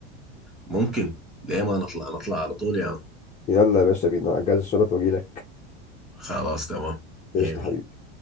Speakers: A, in the centre; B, on the left (about 20°).
A: ممكن ليه ما نطلع نطلع على طول يا مان.
B: يلا يا باشا بينا هجهز الشنط واجيلك
A: خلاص تمام
B: قشطة
A: مية مية
B: حبيبي